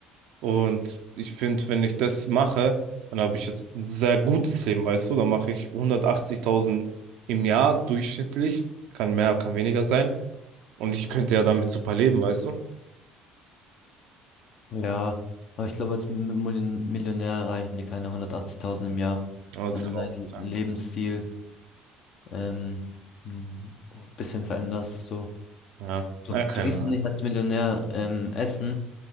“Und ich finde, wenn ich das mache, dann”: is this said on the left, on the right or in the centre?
Right